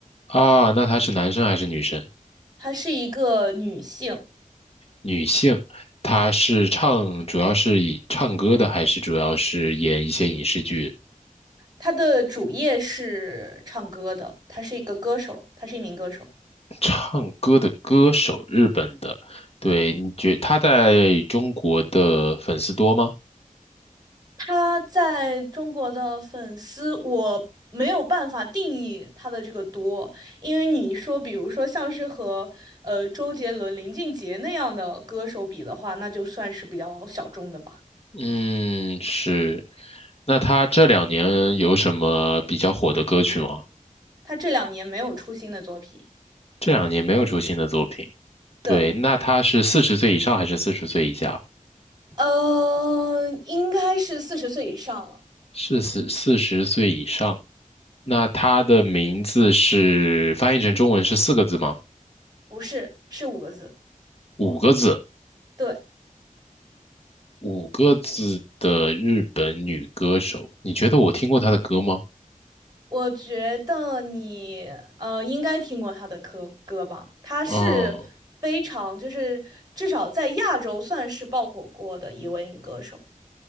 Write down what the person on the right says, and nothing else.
他是一个女性，
他的主业是唱歌的，他是一个歌手，他是一名歌手。
他在中国的粉丝，我没有办法定义他的这个多，因为你说，比如说像是和呃周杰伦、林俊杰那样的歌手比的话，那就算是比较小众的吧。
他这两年没有出新的作品，
对，
呃，应该是四十岁以上了，
不是，是五个字，
对，
我觉得你呃应该听过她的歌歌吧，她是非常就是至少在亚洲算是爆火过的一位女歌手，